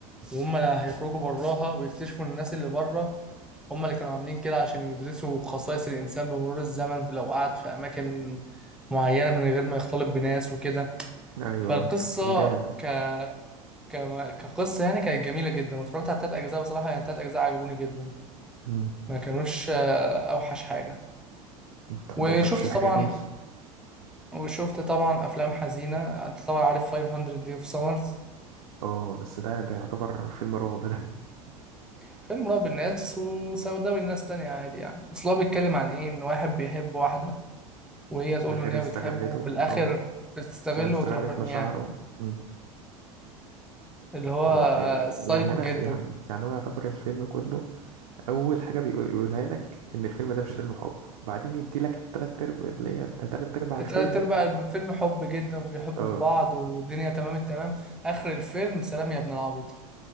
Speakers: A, in the centre; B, on the right.
A: وهم لا هيخرجوا براها ويكتشفوا إن الناس اللي بره هم اللي كانوا عاملين كده عشان يدرسوا خصائص الإنسان بمرور الزمن لو قعد في أماكن معينة من غير ما يختلط بناس وكده
B: ايوه
A: فالقصة
B: طب جامد
A: ك... كما- كقصة يعني كانت جميلة جدا واتفرجت على تلات أجزاء بصراحة يعني تلات أجزاء عجبوني جدا
B: مم.
A: ما كانوش آه، اوحش حاجه
B: طب
A: وشفت
B: ده ترشيح
A: طبعا
B: جميل
A: وشفت طبعا افلام حزينه انت طبعا عارف 500 Day of Summers
B: اه بس ده ده يعتبر فيلم رعب ده <laughs>
A: فيلم رعب الناس وسوداوي الناس تانية عادي يعني اصل هو بيتكلم عن ايه ان واحد بيحب واحده وهي تقول
B: ده غير
A: له ان هي
B: استغلته
A: بتحبه وفي الاخر
B: اه
A: بتستغله
B: است- استغلت
A: وتروح رميها
B: مشاعره مم.
A: اللي هو
B: هو إيه-
A: آه،
B: يعني
A: سايكو
B: لا
A: جدا
B: يعني يعني هو يعتبر الفيلم كله اول حاجه بيقو- بيقولها لك ان الفيلم ده مش فيلم حب بعدين يدي لك التلات ارباع اللي هي ده تلات ارباع الفيلم
A: تلات ارباع الفيلم حب جدا وبيحبوا
B: اه
A: في بعض والدنيا تمام التمام اخر الفيلم سلام يا ابن العبيط